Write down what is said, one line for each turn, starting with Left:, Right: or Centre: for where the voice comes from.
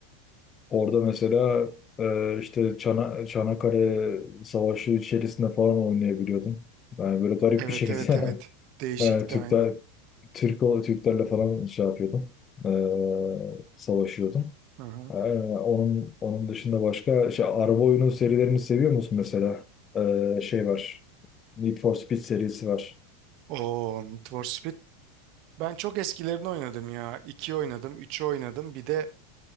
Left: orada mesela e, işte Çana, Çanakkale Savaşı içerisinde falan oynayabiliyordum. Yani böyle garip
Right: Evet
Left: bir şekilde
Right: evet evet.
Left: <laughs>
Right: Değişikti
Left: e, Türkler
Right: aynen.
Left: Türk ol- Türklerle falan şey yapıyordum. Ee, savaşıyordum.
Right: Hı hı.
Left: Ee, onun onun dışında başka şey, araba oyunu serilerini seviyor musun mesela? Ee, şey var. Need for Speed serisi var.
Right: Oo, Need for Speed. Ben çok eskilerini oynadım ya. 2 oynadım, üçü oynadım. Bir de